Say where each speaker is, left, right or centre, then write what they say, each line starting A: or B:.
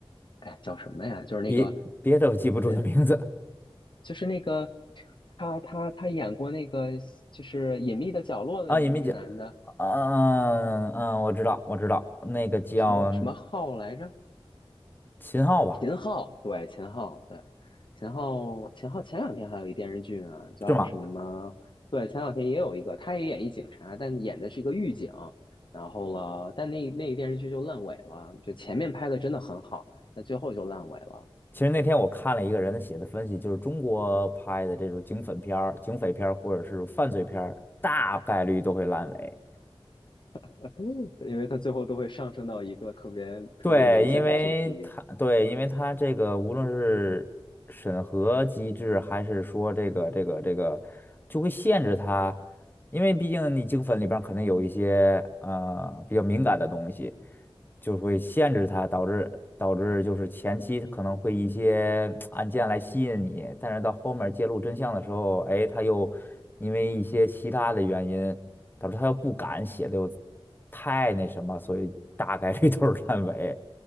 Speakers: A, on the left (about 55°); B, on the left (about 20°).
A: 哎，叫什么呀？就是那个，
B: 别别的我记不住的名字
A: 呃，呃就是那个，他他他演过那个，就是《隐秘的角落》里面那个男的，
B: 啊，也没讲。嗯嗯，我知道，我知道，那个叫
A: 什么什么浩来着？
B: 秦昊吧，
A: 秦昊，对，秦昊，对，秦昊，秦昊前两天还有一电视剧呢，叫什么？
B: 是吗？
A: 对，前两天也有一个，他也演一警察，但演的是一个狱警。然后了，但那那个电视剧就烂尾了，就前面拍的真的很好，但最后就烂尾了，
B: 其实那天我看了一个人的写的分析，就是中国拍的这种警匪片儿警匪片儿或者是犯罪片儿大概率都会烂尾。
A: <laughs> 因为他最后都会上升到一个特别特别明显的主题。
B: 对，因为它对，因为它这个无论是审核机制，还是说这个这个这个，就会限制它，因为毕竟你精粉里边可能有一些呃比较敏感的东西，就会限制它，导致导致就是前期可能会一些 <tsk> 案件来吸引你，但是到后面揭露真相的时候，哎，它又因为一些其他的原因。导致他又不敢写的又太那什么，所以大概率 <laughs> 都是烂尾。